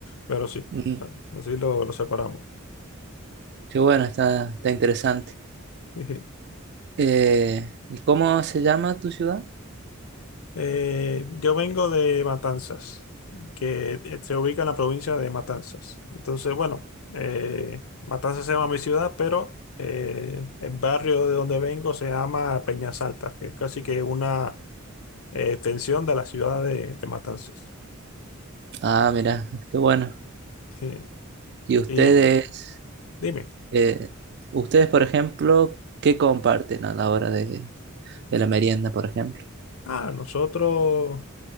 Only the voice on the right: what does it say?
Mm,
Qué bueno, está, está interesante.
Eh, ¿y cómo se llama tu ciudad?
Ah, mira, qué bueno.
¿Y ustedes,
eh, ustedes, por ejemplo, qué comparten a la hora de, de la merienda, por ejemplo?